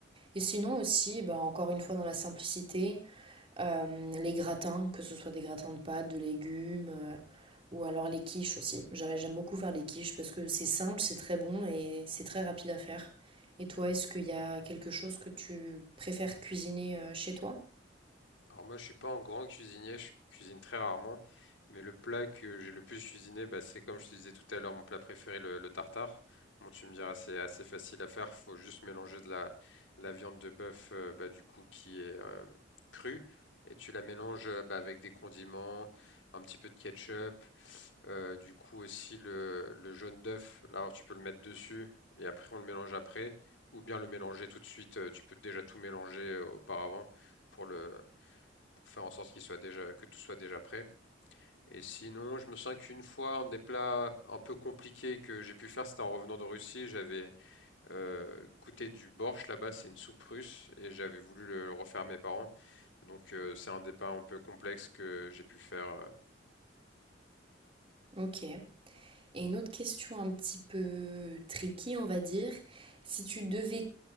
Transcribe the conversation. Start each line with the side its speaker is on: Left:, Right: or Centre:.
Right: Et sinon aussi, bah, encore une fois, dans la simplicité, euh, les gratins, que ce soit des gratins de pâtes, de légumes, euh, ou alors les quiches aussi. J'a- J'aime beaucoup faire les quiches parce que c'est simple, c'est très bon et c'est très rapide à faire. Et toi, est-ce qu'il y a quelque chose que tu préfères cuisiner euh, chez toi?
Left: Alors moi, je suis pas un grand cuisinier, je cuisine très rarement, mais le plat que j'ai le plus cuisiné, bah, c'est comme je te disais tout à l'heure, mon plat préféré, le, le tartare. Bon, tu me diras, c'est assez facile à faire, faut juste mélanger de la, de la viande de bœuf, euh, bah, du coup, qui est euh, crue, et tu la mélanges euh, bah, avec des condiments, un petit peu de ketchup, euh, du coup aussi le, le jaune d'œuf, là, alors, tu peux le mettre dessus, et après on le mélange après, ou bien le mélanger tout de suite, euh, tu peux déjà tout mélanger euh, auparavant pour le pour faire en sorte qu'il soit déjà, que tout soit déjà prêt. Et sinon, je me souviens qu'une fois, un des plats un peu compliqués que j'ai pu faire, c'était en revenant de Russie. J'avais euh, goûté du borsch là-bas, c'est une soupe russe, et j'avais voulu le, le refaire à mes parents. Donc euh, c'est un des plats un peu complexe que j'ai pu faire.
Right: Ok. Et une autre question un petit peu tricky, on va dire, si tu devais